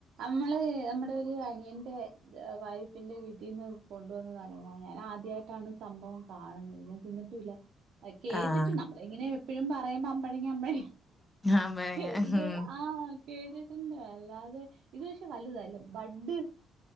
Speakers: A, on the right (about 75°); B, on the left (about 15°).
A: അമ്മള് നമ്മടെ ഒരു അനിയന്റെ വൈഫിന്റെ വീട്ടീന്ന് കൊണ്ട് വന്നതാണെ ഞാൻ ആദ്യായിട്ടാണ് സംഭവം കാണുന്നത് ഞാൻ തിന്നിട്ടൂല്ല കേട്ടിട്ട്
B: ആഹ്
A: നമ്മള് ഇങ്ങനെ എപ്പോഴും പറയുമ്പോ അമ്പഴങ്ങ അമ്പഴ
B: ആമ്പഴങ്ങ
A: കേട്ടിട്ട്
B: ഉം
A: ആഹ് കേട്ടിട്ടുണ്ട് അല്ലാതെ ഇത് പക്ഷേ വലുതല്ലേ ബഡ്